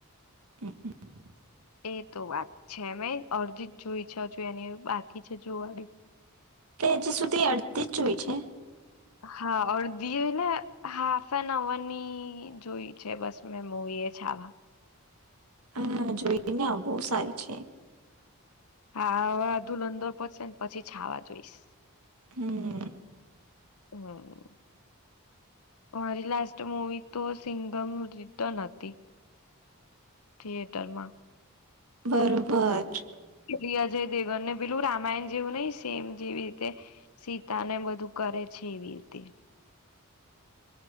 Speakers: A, on the right (about 85°); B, on the left (about 85°).
A: <inaudible>
B: એ તો વાત છે મેં અર્ધિત જોય. પ જોઈ અને બાકી જોવાની.
A: તે હજ સુધી અડધી જ જોઈ છે?
B: હા ઓર દીયોને હાફ એન અવરની જોઈ છે બસ મેં મવી એ છાવા.
A: હા જોય ને બહુ સારી છે.
B: હાધુલ અંદર પશે ને પછી છાવા જોઈશ.
A: હમ
B: હમ. મારી લાસ્ટ મૂવી તો સિંગમ રિટર્ન હતી. થિયેટર માં.
A: બરોબર.
B: લી અજય દેવન ને પેલું રામાયણ જેવું નહિ સેમ જેવી, રીતે સીતા ને બધું કરે છે એવી રીતે.